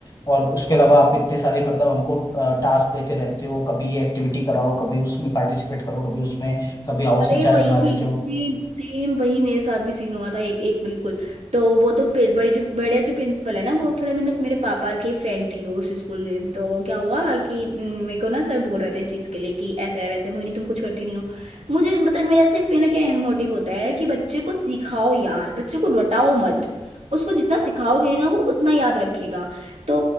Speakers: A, on the left; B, on the right.
A: और उसके अलावा आप इतने सारे मतलब हमको टास्क देते रहते हो कभी ये एक्टिविटी कराओ कभी उसमें पार्टिसिपेट करो कभी उसमें कभी हाउस
B: अरे
A: इंचार्ज
B: वही
A: बना
B: सेम
A: देते हो
B: सेम सेम वही मेरे साथ भी सीन हुआ था एक एक बिल्कुल तो वो तो प्रि- बड़ी जो बड़े जो प्रिंसिपल है ना वो थोड़े मतलब मेरे पापा के फ्रेंड थे उस स्कूल में तो क्या हुआ कि अम, मेरे को ना सर बोल रहे थे इस चीज़ के लिए कि ऐसा है वैसा है, मोहिनी तुम कुछ करती नहीं हो मुझे पता है, मेरा सिर्फ ये ना क्या मोटिव होता है कि बच्चे को सिखाओ यार बच्चे को रटाओ मत उसको जितना सिखाओगे ना वो उतना याद रखेगा तो